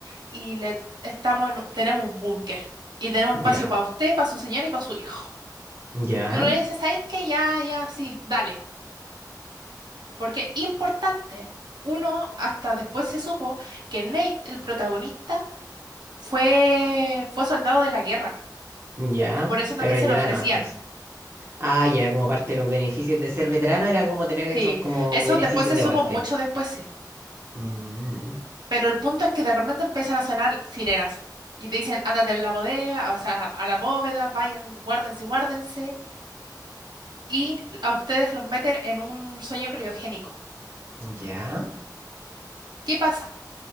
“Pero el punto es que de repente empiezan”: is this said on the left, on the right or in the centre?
Right